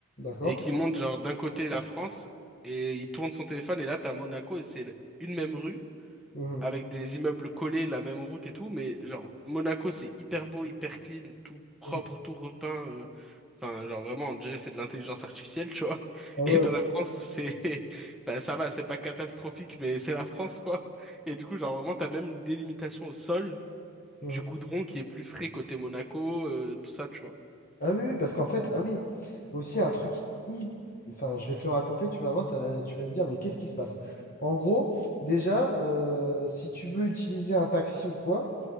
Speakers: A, on the left; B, in the centre.
A: d'accord.
B: et qui monte genre d'un côté la France et il tourne son téléphone et là, t'as Monaco et c'est une même rue.
A: Mhm,
B: avec des immeubles collés, la même route et tout, mais genre Monaco c'est hyper beau, hyper clean, tout propre,
A: mhm.
B: tout repeint. euh, Enfin, genre vraiment, on dirait c'est de l'intelligence artificielle, tu vois. <laughs>
A: Ah ouais.
B: Et dans la France où c'est, <laughs> ben, ça va, c'est pas catastrophique, mais c'est la France quoi. Et du coup, genre vraiment, t'as même une délimitation au sol du
A: Mhm.
B: goudron qui est plus frais côté Monaco, euh, tout ça, tu vois.
A: Ah oui, oui, parce qu'en fait, ah oui, aussi un truc hyp- Enfin, je vais te le raconter, tu vas voir, ça va, tu vas te dire, mais qu'est-ce qui se passe? En gros, déjà, euh, si tu veux utiliser un taxi ou quoi,